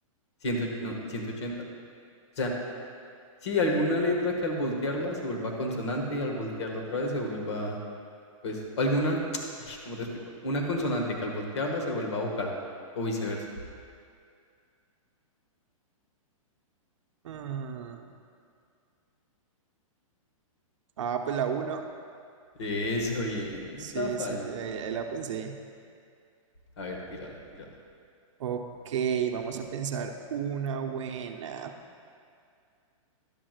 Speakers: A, on the left; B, on the right.
A: 100, no, ciento ochenta? O sea, sí, alguna letra que al voltearla se vuelva consonante y al voltearla otra vez se vuelva, pues, alguna, <tsk> ay, ¿cómo te explico? Una consonante que al voltearla se vuelva vocal o viceversa.
B: Mm, Ah, pues la uno.
A: Eso, bien, esa
B: Sí,
A: estaba fácil.
B: sí, sí, ahí, ahí la pensé.
A: A ver, tírala, tírala.
B: Ok, vamos a pensar una buena.